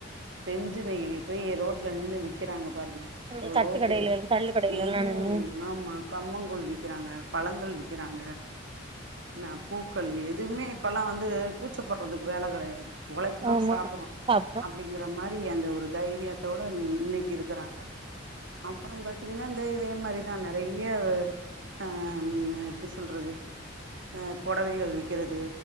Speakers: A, on the right; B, on the right.
A: செஞ்சு வெய் போய் ரோட்ல நின்னு விக்கிறாங்க பாருங்க
B: இந்த
A: எவ்ளோ
B: தட்டு கடையில
A: பேரு
B: தள்ளு கடையில
A: ம்
B: எல்லா நின்னு
A: ஆமா கம்மங்கூழ் விக்கிறாங்க பழங்கள் விக்கிறாங்க நா பூக்கள் எதுவுமே இப்பல்லா வந்து கூச்சப்படுறதுக்கு வெல கடயாது ஒலைக்கிறோ
B: ஆமா
A: சாப்புறோ
B: சாப்ட்டோ
A: அப்டிங்கிற மாரி அந்த ஒரு தைரியத்தோட இன்னிக்கி இருக்குறாங்க அப்பர பார்த்தீங்கன்னா இந்த இதே மாரிதா நெறைய ஹா எப்டி சொல்றது அ பொடவைகள் விக்கிறது